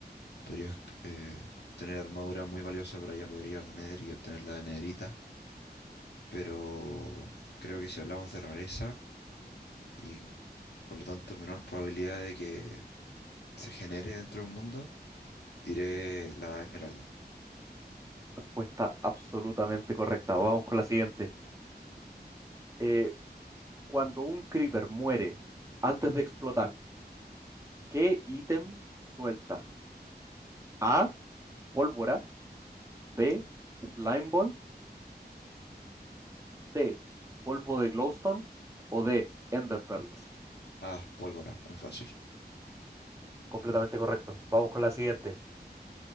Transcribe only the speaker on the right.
Respuesta absolutamente correcta. Vamos con la siguiente. Eh, cuando un creeper muere antes de explotar, ¿qué ítem suelta? A, pólvora, B, slime ball, C, polvo de glowstone o D, enderpearls.
Completamente correcto. Vamos con la siguiente.